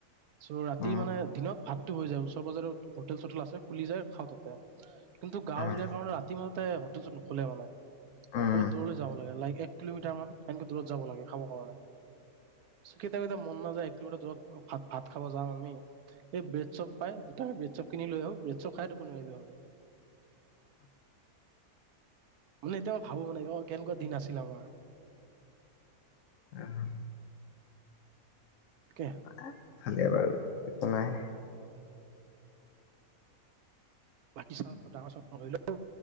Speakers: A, on the right; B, on the left.
A: চ', ৰাতি,
B: উম
A: মানে, দিনত ভাত টো হৈ যায়। ওচৰ-পাজৰে হোটেল-চোটেল আছে। খুলি যায়, খাওঁ তাতে কিন্তু, গাঁও
B: উম
A: এৰিয়া কাৰণে, ৰাতি, মানে তাতে, হোটেলটো নুখুলে, মানে
B: উম
A: অলপ দূৰলৈ যাব লাগে, লাইক এক কিলোমিটাৰমান, এনেকে দূৰত যাব লাগে, খাবৰ কাৰণে কেতিয়াবা কেতিয়াবা মন নাযায় কিলোমিটাৰ দূৰত, ভাত-ভাত খাব যাম আমি। এই ব্ৰেড-চপ পাই, দুটা ব্ৰেড-চপ কিনি লৈ আহোঁ। ব্ৰেড-চপ খাই, টোপনি মাৰি যাওঁগে মানে, এতিয়া মই ভাবোঁ, মানে, অ', কেনেকুৱা দিন আছিল আমাৰ
B: আহ
A: তাকে
B: নাই, ভালেই বাৰু। একো নাই।
A: বাকী চব ডাঙৰ চব নকৰিলেও,